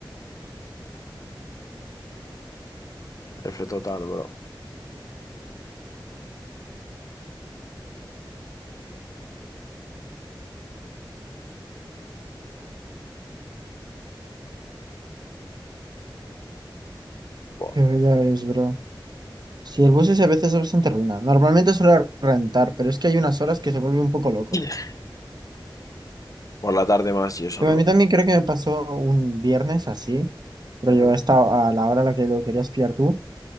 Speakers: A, on the left (about 45°); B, on the right (about 55°).
A: F total, bro. Buah.
B: pero ya ves, bro. Si el bus es a veces es bastante ruina. Normalmente suelo rentar, pero es que hay unas horas que se vuelve un poco loco.
A: <laughs> Por la tarde más y eso,
B: Pero
A: ¿no?
B: a mí también creo que me pasó un viernes así, pero
A: Ujú.
B: yo estaba a la hora a la que lo querías pillar tú,